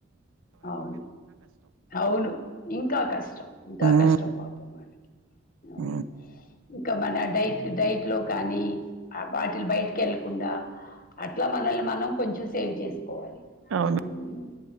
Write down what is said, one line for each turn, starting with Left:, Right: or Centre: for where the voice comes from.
Left: అవును అవును ఇంకా కష్టం ష్టం ఇంకా
Right: హ్మ్.
Left: కష్టం పాపం వాళ్ళకి అవును
Right: హ్మ్.
Left: ఇంకా మన డైట్ డైట్లో కానీ ఆ వాకిలి బయటి కెళ్ళకుండా అట్లా మనల్ని మనం కొంచెం సేవ్ చేసుకోవాలి
Right: అవును
Left: మ్మ్.